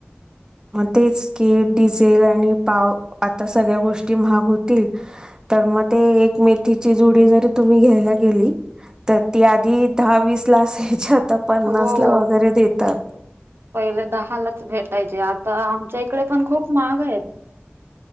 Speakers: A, on the right; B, on the right.
A: तेच की डिझेल आणि पाव आता सगळ्या गोष्टी महाग होतील तर मग ते एक मेथीची जुडी जरी तुम्ही घ्यायला गेली तर ती आधी दहावीीस ला असायची आता पन्नास
B: हो
A: ला वगैरे देतात
B: पहिले दहालाच भेटायचे आता आमच्या इकडे पण खूप महाग आहेत